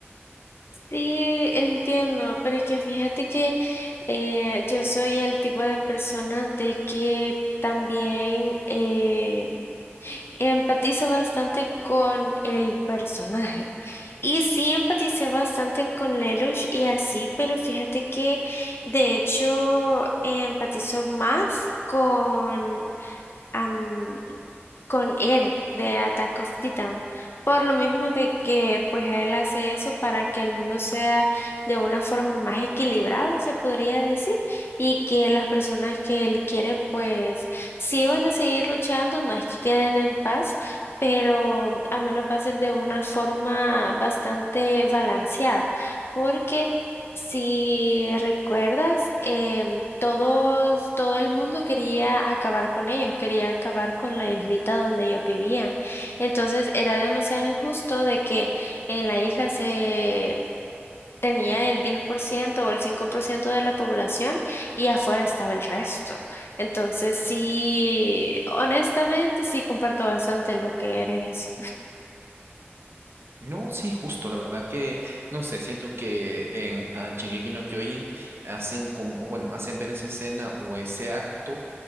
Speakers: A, on the left (about 60°); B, on the right (about 65°).
A: Sí, entiendo, pero es que fíjate que eh, yo soy el tipo de persona de que también eh, empatizo bastante con el personaje. Y sí empaticé bastante con Lelouch y así, pero fíjate que de hecho empatizo más. con am, con Eren de Attack of Titan, por lo mismo de que pues él hace eso para que el mundo sea de una forma más equilibrada, se podría decir, y que las personas que él quiere pues sí van a seguir luchando, no es que queden en paz, pero al menos va a ser de una forma bastante balanceada, porque si recuerdas, em, todos, todo el mundo quería acabar con ellos, quería acabar con la islita donde ellos vivían. Entonces era demasiado injusto de que en la isla se tenía el 10% o el 5% de la población y afuera estaba el resto. Entonces sí, honestamente sí comparto bastante lo que Eren hizo.
B: No, sí, justo, la verdad que, no sé, siento que en ah, Shingeki no Kyojin hacen como, bueno, hacen ver esa escena o ese acto